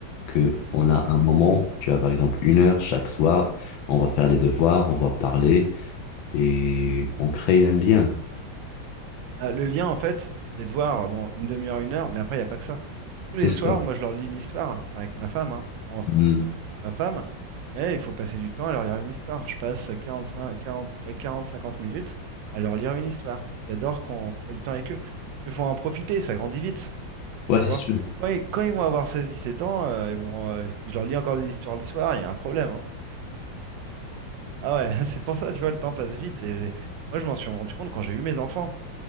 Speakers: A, on the left; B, on the right.
A: que on
B: C'est
A: a
B: ça.
A: un moment, tu as par exemple une heure chaque soir, on va faire les devoirs, on va parler et on crée un lien.
B: Ah, le lien, en fait, les devoirs, bon, une demi-heure, une heure, mais après, il n'y a pas que ça. Tous
A: C'est
B: les
A: sûr.
B: soirs, moi, je leur lis une histoire, enfin, avec ma femme. hein. Bon, en ce
A: Mm.
B: moment, c'est un peu plus ma femme, mais il faut passer du temps à leur lire une histoire. Je passe 45, 40, ouais, 40 50 minutes à leur lire une histoire. Ils adorent qu'on qu'on passe du temps avec eux. Il faut en profiter, ça grandit vite,
A: Ouais,
B: tu
A: c'est
B: vois.
A: sûr.
B: Quand ils, quand ils vont avoir seize dix-sept ans, euh, ils vont, euh, si je leur lis encore des histoires le soir, il y a un problème. hein. Ah ouais, <laughs> c'est pour ça, tu vois, le temps passe vite. et j'ai- moi, je m'en suis rendu compte quand j'ai eu mes enfants.